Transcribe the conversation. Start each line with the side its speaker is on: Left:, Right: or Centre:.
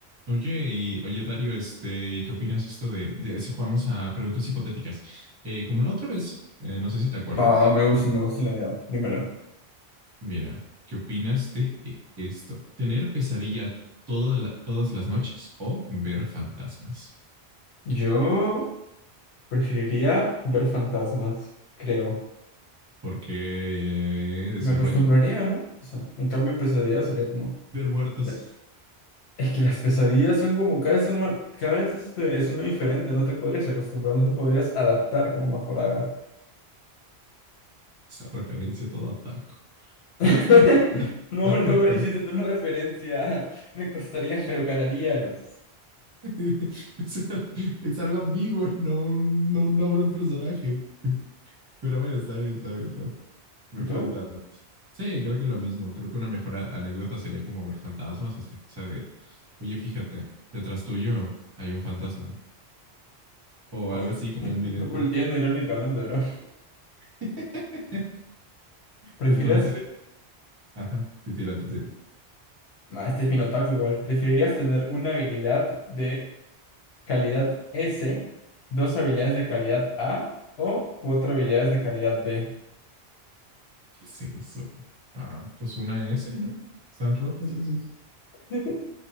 Right: Oye, y oye, Dario, este, ¿y ¿qué opinas esto de, de si jugamos a preguntas hipotéticas? Eh, como la otra vez, eh, no sé si te acuerdas.
Left: Va, va, me gusta, me gusta la idea. Dímelo.
Right: Mira, ¿qué opinas de eh, esto? ¿Tener pesadilla toda la- todas las noches o ver fantasmas?
Left: Yo preferiría ver fantasmas, creo.
Right: Porque eh, desarrolla
Left: Me acostumbraría, ¿no? O sea, en cambio, pesadillas sería como.
Right: ver muertos.
Left: la- Es que las pesadillas son como cada vez son ma- cada vez este, es una diferente, no te podrías acostumbrar, no te podrías adaptar como Majoraga.
Right: Esa referencia toda otaku.
Left: <laughs>
Right: No, está bien, está,
Left: No,
Right: está
Left: no,
Right: bien, está.
Left: hiciste tú una referencia. Me costaría, pero ganaría, entonces.
Right: <laughs> Es, es algo ambiguo, no un, no un nombre, un personaje. Pero bueno, está bien, está bien, está bien. Ver
Left: ¿Y tú?
Right: fantasmas. Sí, creo que lo mismo. Creo que una mejor a- anécdota sería como ver fantasmas o esta cosa de, oye, fíjate, detrás tuyo hay un fantasma, ¿no? O
Left: Uy,
Right: algo así como
Left: <laughs>
Right: un vidente.
Left: volteando irónicamente, bro.
Right: <laughs>
Left: ¿Prefieres?
Right: Entonces, ajá, te tira, te tira.
Left: Nah, este es bien otaku igual. ¿Preferirías tener una habilidad de calidad S, dos habilidades de calidad A o cuatro habilidades de calidad B.
Right: ¿Qué es eso? Ah, pues una S, ¿no? Están rotas
Left: Sí,
Right: esas.
Left: <laughs>